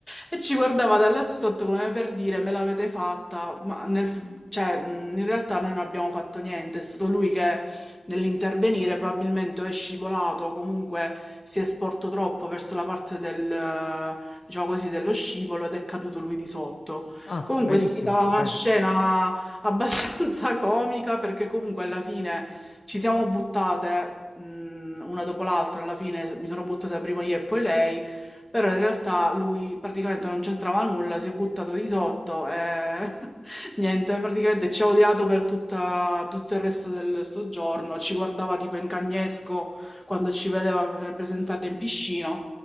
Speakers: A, in the centre; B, on the left.
A: e ci guardava da là sotto come per dire me l'avete fatta, ma nel- cioè, mh, in realtà noi non abbiamo fatto niente, è stato lui che nell'intervenire probabilmente o è scivolato o comunque si è sporto troppo verso la parte del, eh, diciamo così, dello scivolo ed è caduto lui di sotto.
B: Ah,
A: Comunque
B: benissimo,
A: è stata una
B: bene.
A: scena abbastanza <laughs> comica perché comunque alla fine ci siamo buttate mh, una dopo l'altra, alla fine mi sono buttata prima io e poi lei, però in realtà lui praticamente non c'entrava nulla, si è buttato di sotto e <laughs> niente, praticamente ci ha odiato per tutta- tutto il resto del soggiorno, ci guardava tipo in cagnesco quando ci vedeva per presentare in piscina,